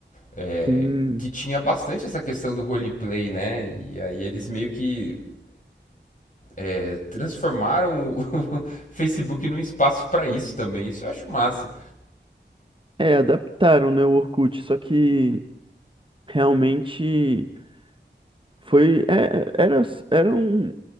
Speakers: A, on the left; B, on the right.
A: É,
B: Sim.
A: que tinha bastante essa questão do roleplay, né? E aí eles meio que É, transformaram o <laughs> Facebook num espaço para isso também. Isso eu acho massa.
B: É, adaptaram, né, o Orkut, só que realmente Foi, é, era, era um,